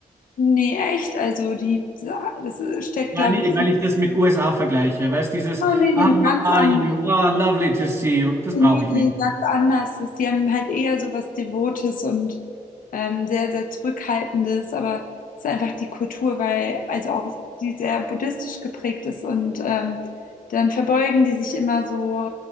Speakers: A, on the left; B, on the right.
A: nee, echt, also die, das steckt,
B: Ja,
A: glaube
B: nee,
A: ich, in,
B: weil ich das mit USA vergleiche. Weißt dieses,
A: oh nee, nee,
B: ah, how
A: ganz
B: are
A: anders.
B: you? Ah, lovely to see you. Das
A: Nee,
B: brauche ich
A: nee,
B: nicht.
A: ganz anders. Sie haben halt eher so was Devotes und ähm, sehr, sehr Zurückhaltendes, aber es ist einfach die Kultur, weil, also auch die sehr buddhistisch geprägt ist und ähm, dann verbeugen die sich immer so